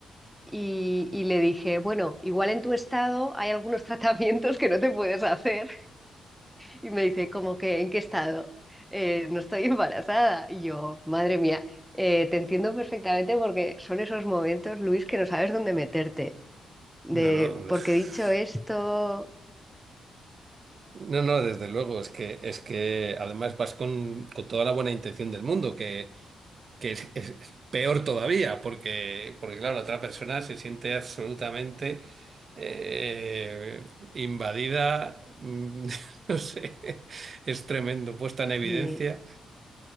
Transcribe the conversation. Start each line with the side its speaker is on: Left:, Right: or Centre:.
Centre: y, y le dije, bueno, igual en tu estado hay algunos <laughs> tratamientos que no te puedes hacer. Y me dice, ¿cómo que en qué estado? Eh, no estoy embarazada. Y yo, madre mía, eh, te entiendo perfectamente porque son esos momentos, Luis, que no sabes dónde meterte. De,
Right: No, no.
Centre: porque
Right: uf.
Centre: dicho esto,
Right: No, no, desde luego, es que, es que además vas con, con toda la buena intención del mundo, que, que es, es- es peor todavía, porque, porque claro, la otra persona se siente absolutamente eh, invadida, mm, <laughs> no sé, es tremendo, puesta en evidencia.
Centre: sí.